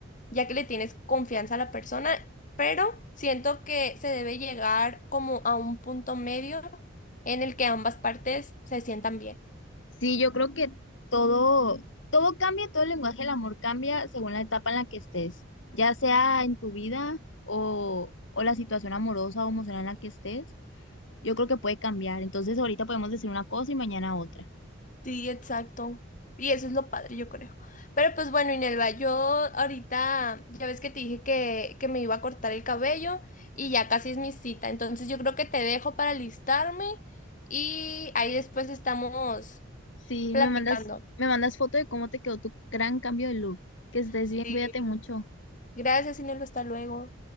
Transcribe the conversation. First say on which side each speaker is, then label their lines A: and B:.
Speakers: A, on the left (about 40°); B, on the left (about 65°).
A: ya que le tienes confianza a la persona, pero siento que se debe llegar como a un punto medio en el que ambas partes se sientan bien.
B: Sí, yo creo que todo, todo cambia, todo el lenguaje del amor cambia según la etapa en la que estés, ya sea en tu vida o, o la situación amorosa o emocional en la que estés, yo creo que puede cambiar. Entonces ahorita podemos decir una cosa y mañana otra.
A: Sí, exacto. Y eso es lo padre, yo creo. Pero pues bueno, Inelva, yo ahorita, ya ves que te dije que, que me iba a cortar el cabello y ya casi es mi cita. Entonces yo creo que te dejo para listarme y ahí después estamos
B: sí,
A: platicando.
B: me mandas, me mandas foto de cómo te quedó tu gran cambio de look. Que estés
A: Sí.
B: bien, cuídate mucho.
A: Gracias, Inelva, hasta luego.